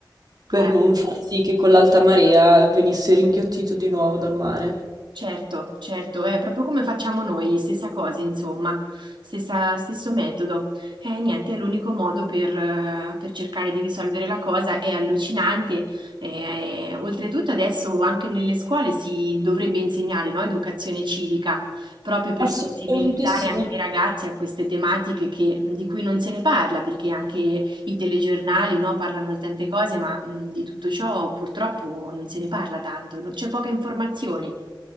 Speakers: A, on the right; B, on the right.
A: per
B: Eh.
A: non far sì che con l'alta marea venisse ringhiottito di nuovo dal mare.
B: Certo, certo, è proprio come facciamo noi, stessa cosa, insomma, stessa- stesso metodo. E niente, è l'unico modo per, eh, per cercare di risolvere la cosa, è allucinante. eh, oltretutto adesso anche nelle scuole si dovrebbe insegnare, no, educazione civica, proprio per
A: Assolutamente
B: sensibilizzare
A: sì.
B: anche i ragazzi a queste tematiche che- di cui non se ne parla, perché anche i telegiornali, no, parlano di tante cose, ma mh, di tutto ciò purtroppo non se ne parla tanto, no- c'è poca informazione.